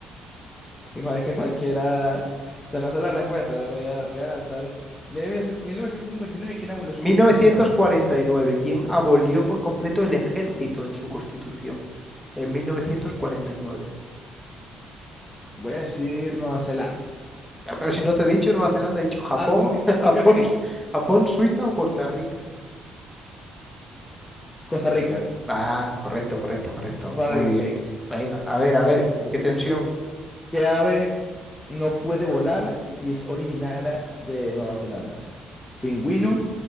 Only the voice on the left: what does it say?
es que, es que cualquiera. O sea, no sé la respuesta, voy a, voy a lanzar. mil novecientos cincuenta y nueve ¿quién abolió su
constitución?
Voy a decir Nueva Zelanda.
Ah, ok,
ok,
ok.
Costa Rica.
Costa
Rica,
ok.
Ok, ok.
¿Qué ave no puede volar y es originaria de Nueva Zelanda? Pingüino,